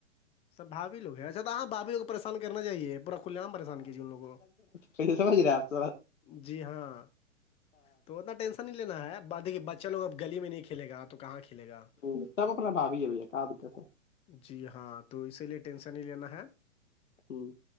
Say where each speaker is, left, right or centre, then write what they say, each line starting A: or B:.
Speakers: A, on the left (about 15°); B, on the left (about 85°).
A: سبھوھیو ہیں اچھا ہاں بھاھیو پریش کرنا چاہیے پور کھلے پریش کیجیے انوگ کو
B: سی سور جلا <unintelligible>
A: جی ہاں تو اتنا ٹینشن نہیں لینا ہے ب دیکھیے بچے لوگ اب گلی میں نہیں کھیل گا تو کہاں کھیلے گا
B: ہ تب اپنا باابی ہے بھیا کہ د گا تو
A: جی ہاں تو اسی لیے ٹینشن نہیں لینا ہے
B: ہ